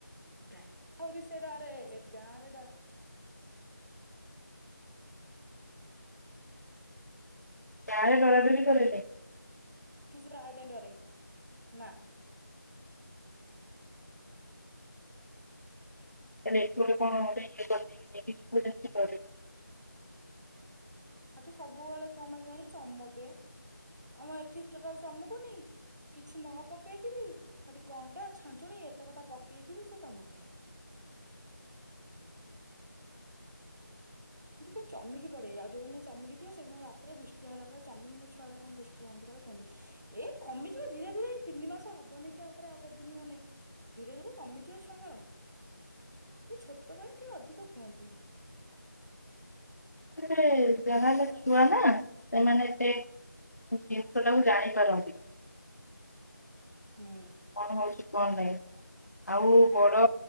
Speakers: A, on the right (about 60°); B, on the left (about 50°).
A: ତା ଆହୁରି ସେ ଡରେ, ଏ ଗାଁ ରେ ଡରେ
B: ଗାଁ ରେ ଡରା ଡରି କରେନି?
A: ସେଠି ସେ ପ୍ରାୟେ ଟାଇମ୍ ଡରେ, ନା। <unintelligible>
B: ହେଲେ ଏଠି ଗୋଟେ କଣ ଗୋଟେ ଇଏ କରିଦେଇଚି, <unintelligible>
A: ହଟି ସବୁବେଳେ କଁ ପାଇଁ କେଜାଣି ଚମକେ, ଆମ ଏଠି ଟୋଟାଲ୍ ଚମକୁନି କିଛି ନ ପକେଇକି ବିି, ହେଟି କଣ୍ଟା, ଛାଞ୍ଚୁଣି, ଏତେ କଥା ପକେଇକି ବି ସେ ଚମକେ। ଟିକେ ଚମକି ପଡେ, ଆଉ ଯୋଉ ଦିନ ଚମିକି ଥିବ, ସେଦିନ ରାତିରେ ଦୃଷ୍ଟିଆ ହେଲା ଭଳିଆ ଚମକି ଛୁଆ କଣ ଦୃଷ୍ଟି ହୁଅନ୍ତି କଣ କୁହନ୍ତି। ଏଇ କମିଯିବ ଧୀରେ ଧୀରେ ଏଇ ତିନି ମାସ ହବନି କି ଆ ପରେ ଆଉ କେତେଦିନ ଗଲେ। ଧୀରେ ଧୀରେ କମିଯିବ ଛୁଆଙ୍କର, ଟିକେ ଛୋଟ ବେଳେ ଟିକେ ଅଧିକ ହୁଅନ୍ତି।
B: ରେ ଯାହା
A: ବଡ
B: ହେଲେ ଛୁଆ ନା। ସେମାନେ ଏତେ ଜିନିଷ ଟାକୁ ଜାଣିପାରନ୍ତି।
A: ହୁଁ।
B: କଣ ହଉଛି କଣ ନାହିଁ, ଆଉ ବଡ।